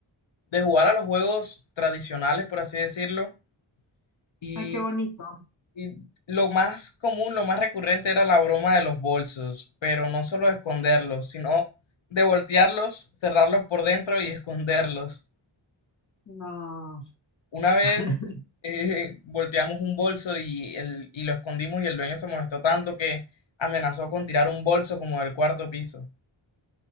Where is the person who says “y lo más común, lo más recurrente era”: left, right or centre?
Left